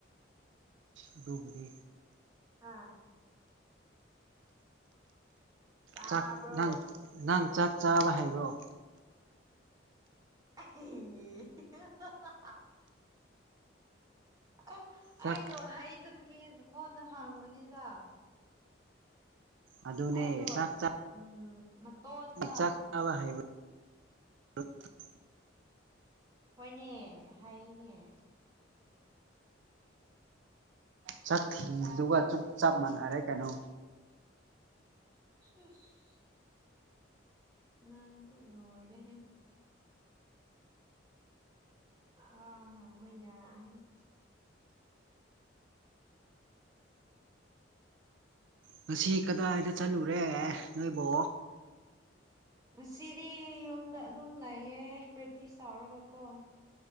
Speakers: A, on the right (about 70°); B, on the right (about 20°).
A: ꯑꯗꯨꯕꯨꯗꯤ
B: ꯍꯥꯥ ꯇꯥꯕ꯭ꯔꯣ
A: ꯆꯥꯛ ꯅꯪ ꯅꯪ ꯆꯥꯛ ꯆꯥꯕ ꯍꯩꯕ꯭ꯔꯣ
B: <unintelligible> ꯑꯦ
A: ꯆꯥꯛ
B: ꯑꯩꯗꯣ ꯍꯩꯇꯕꯒꯤ ꯅꯪꯉꯣꯟꯗ ꯍꯪꯕꯅꯤꯗ
A: ꯑꯗꯨꯅꯦ
B: ꯑꯩꯗꯣ
A: ꯆꯥꯛ ꯆꯥꯛ
B: ꯎꯝ ꯃꯇꯣꯟꯗ
A: ꯆꯥꯛ ꯆꯥꯕ ꯍꯩꯕ <unintelligible>
B: ꯍꯣꯢꯅꯦ ꯍꯩꯅꯦ
A: ꯆꯥꯛ ꯊꯤꯕꯗꯨꯒ ꯆꯨꯞ ꯆꯞ ꯃꯥꯟꯅꯔꯛꯀꯅꯣ
B: <unintelligible> ꯅꯪꯁꯨ ꯂꯣꯢꯔꯦꯍꯦ ꯋꯥ ꯉꯥꯡꯕ ꯌꯥꯗꯦꯍꯦ
A: ꯉꯁꯤ ꯀꯗꯥꯢꯗ ꯆꯠꯂꯨꯔꯦ ꯅꯣꯢꯕꯣ
B: ꯉꯁꯤꯗꯤ ꯌꯨꯝꯗ ꯑꯗꯨꯝ ꯂꯩꯥꯌꯦ ꯄ꯭ꯔꯦꯛꯇꯤꯁ ꯇꯧꯔꯒ ꯀꯣ